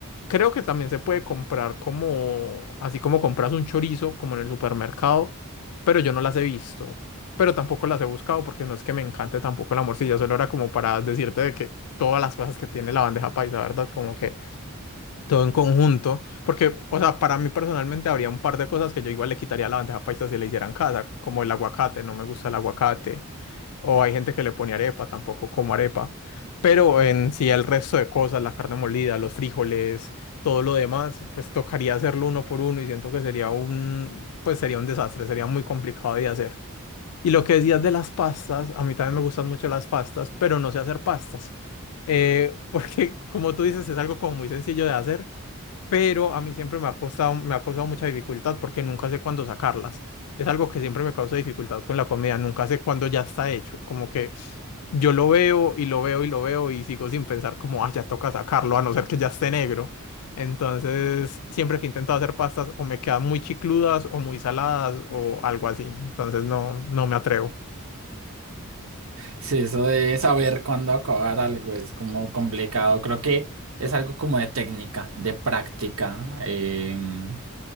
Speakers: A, on the left (about 80°); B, on the right (about 65°).
A: Creo que también se puede comprar como, así como compras un chorizo, como en el supermercado, pero yo no las he visto, pero tampoco las he buscado porque no es que me encante tampoco la morcilla, solo era como para decirte de que todas las cosas que tiene la bandeja paisa, ¿verdad? Como que todo en conjunto, porque, o sea, para mí personalmente habría un par de cosas que yo igual le quitaría a la bandeja paisa si le hicieran casa, como el aguacate, no me gusta el aguacate o hay gente que le pone arepa, tampoco como arepa. Pero en sí el resto de cosas, la carne molida, los frijoles, todo lo demás, pues tocaría hacerlo uno por uno y siento que sería un, pues sería un desastre, sería muy complicado de hacer. Y lo que decías de las pastas, a mí también me gustan mucho las pastas, pero no sé hacer pastas. Eh, <laughs> porque como tú dices, es algo como muy sencillo de hacer, pero a mí siempre me ha costado, me ha causado mucha dificultad porque nunca sé cuándo sacarlas. Es algo que siempre me causa dificultad con la comida, nunca sé cuándo ya está hecho, como que yo lo veo y lo veo y lo veo y sigo sin pensar como, ah, ya toca sacarlo, a no ser que ya esté negro. Entonces, siempre que intento hacer pastas o me quedan muy chicludas o muy saladas o algo así, entonces no, no me atrevo.
B: Sí, eso de saber cuándo acabar algo es como complicado. Creo que es algo como de técnica, de práctica. em,